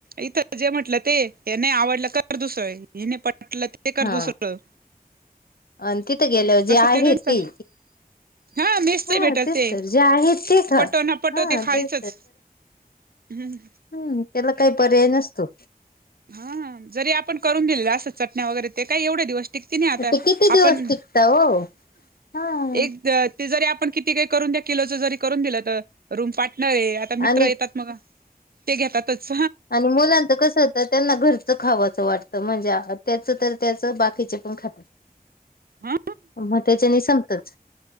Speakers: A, on the right; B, on the left.
A: इथं जे म्हंटलं ते हे नाही आवडलं कर दुसरं हे नाही पटलं त् ते कर
B: हा
A: दुसरं
B: आणि तिथं गेल्यावर जे
A: तसं
B: आहे ते
A: <unintelligible> हा मेसच
B: हा
A: भेटल
B: तेच
A: ते
B: तर जे आहे ते खा
A: पटो न् पटो
B: हा
A: ते खायचच.
B: तेच
A: ह्ंम्
B: हम् त्याला काय पर्याय नसतो.
A: हा हा जरी आपण करून दिलेल्या असत चटण्या वगैरे ते काही एवढे दिवस टिकते नाही आता.
B: ते किती दिवस
A: आपण
B: टिकतं हो हा.
A: एक ते जरी आपण किती काही करून द्या किलोच जरी करून दिलं तर रूम पाटणार आहे आ ता मित्र
B: आणि
A: येतात मगा ते घेतातच.
B: आणि मुलांचं कसं तर त्यांना घरचं खावाचं वाटतं म्हणजे त्याचं तर त्याच बाकीचे पण खातात.
A: हा
B: मग त्याच्याने संपतच.